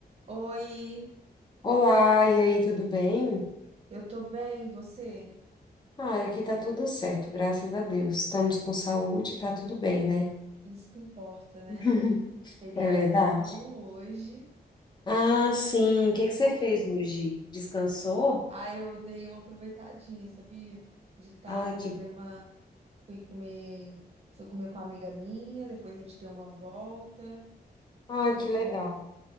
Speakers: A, on the right; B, on the left.
A: Oi,
B: Olá, e aí, tudo bem?
A: eu tô bem, e você?
B: Ah, aqui tá tudo certo, graças a Deus. Estamos com saúde, tá tudo bem, né?
A: Isso que importa, né?
B: <laughs>
A: Feriadão
B: É verdade.
A: hoje.
B: Ah, sim. O que que você fez hoje? Descansou?
A: Ah, eu dei uma aproveitadinha, sabia? De tarde
B: Ai, que,
A: eu dei uma, fui comer, fui comer com uma amiga minha, depois a gente deu uma volta.
B: ai,
A: Foi
B: que legal.
A: bom,